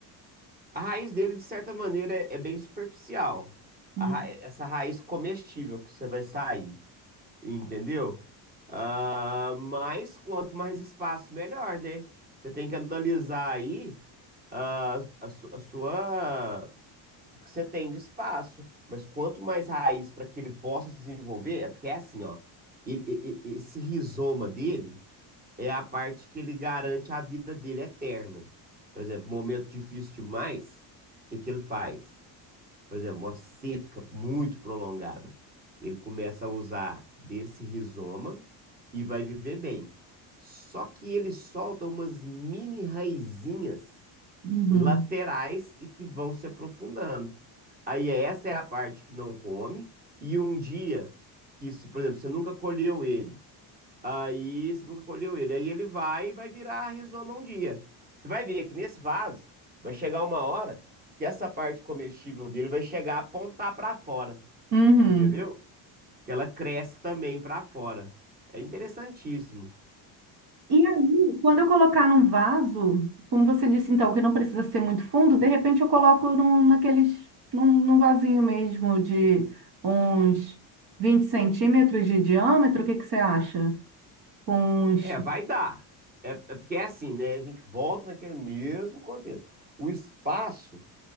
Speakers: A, on the right; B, on the right.
A: A raiz dele, de certa maneira, é, é bem superficial.
B: Hum.
A: A ra- essa raiz comestível que você vai sair. Entendeu? Ah, mas quanto mais espaço, melhor, né? Você tem que analisar aí ah, a, su- a sua, o que você tem de espaço. Mas quanto mais raiz para que ele possa se desenvolver, é porque é assim, ó. e- e- e- esse rizoma dele é a parte que ele garante a vida dele eterna. Por exemplo, momento difícil demais, o que que ele faz? por exemplo, uma seca muito prolongada, ele começa a usar desse rizoma e vai viver bem. Só que ele solta umas mini raizinhas
B: Uhum.
A: laterais e que vão se aprofundando. Aí é- essa é a parte que não come. E um dia que, se, por exemplo, você nunca colheu ele, Aí você nunca colheu ele. Aí ele vai e vai virar rizoma um dia. Você vai ver que nesse vaso vai chegar uma hora que essa parte comestível dele vai chegar a apontar para fora,
B: Uhum.
A: entendeu? Que ela cresce também para fora. É interessantíssimo.
B: E aí, quando eu colocar num vaso, como você disse então, que não precisa ser muito fundo, de repente eu coloco num, naqueles, num, num vasinho mesmo de uns 20 centímetros de diâmetro, o que que você acha? Com uns...
A: É, vai dar. É, é porque é assim, né? A gente volta naquele mesmo contexto. O espaço